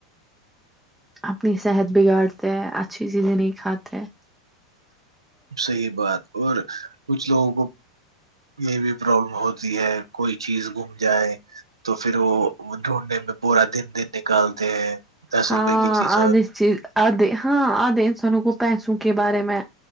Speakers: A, in the centre; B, on the right.
A: اپنی صحت بگاڑتے ہیں اچھی چیزیں نہیں کھاتے
B: صحیح بات اور کچھ لوگوں کو یہ بھی پرابلم ہوتی ہے کوئی چیز گھم جائے تو پھر وہ ڈھونڈنے میں پورا دن دن نکالتے ہیں دس
A: ہاں
B: روپے کی چیز
A: آدھے چیز آدھے ہاں آدھے انسانوں کو پیسوں کے بارے میں